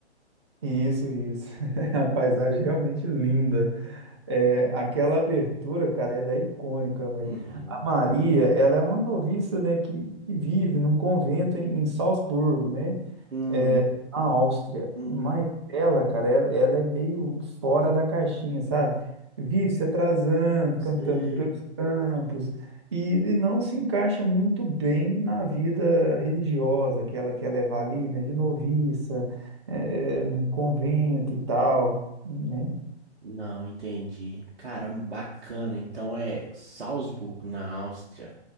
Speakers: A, on the right; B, on the right.
A: Isso, isso. <laughs> A paisagem é realmente linda. É, aquela abertura, cara, ela é icônica, velho.
B: Uhum.
A: A Maria, ela é uma noviça, né, que, que vive num convento em, em Salzburgo, né,
B: Hum,
A: é, na Áustria.
B: hum,
A: Mas ela, cara, ela, ela é meio fora da caixinha, sabe? Vive se atrasando,
B: sei.
A: cantando pelos campos e, e não se encaixa muito bem na vida religiosa que ela quer levar ali, né, de noviça, é, no convento e tal, né?
B: Não, entendi. Caramba, bacana. Então é Salzburgo, na Áustria.